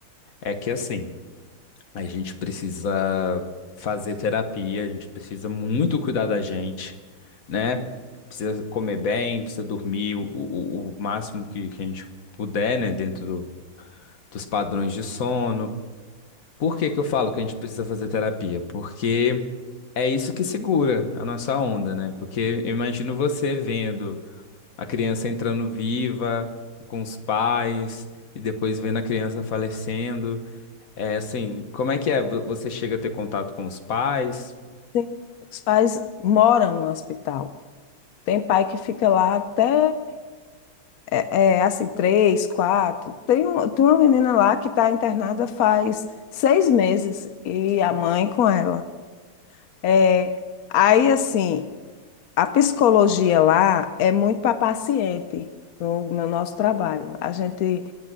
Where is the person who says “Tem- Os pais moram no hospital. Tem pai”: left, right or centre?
Left